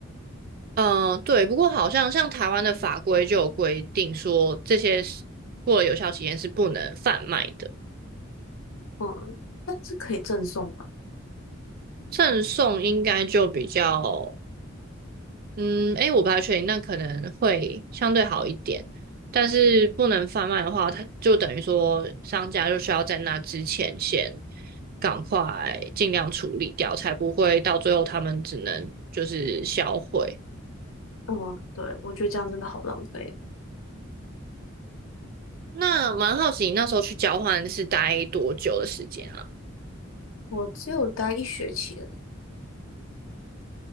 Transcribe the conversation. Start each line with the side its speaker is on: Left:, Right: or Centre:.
Right: 嗯，对，不过好像像台湾的法规就有规定说，这些是过了有效期限是不能贩卖的，
Left: 嗯，但是可以赠送吧？
Right: 赠送应该就比较嗯，诶，我不太确定，那可能会相对好一点，但是不能贩卖的话，它就等于说商家就需要在那之前先赶快尽量处理掉，才不会到最后他们只能就是销毁。
Left: 嗯，对，我觉得这样真的好浪费。
Right: 那蛮好奇，你那时候去交换是待多久的时间啊？
Left: 我只有待一学期而已。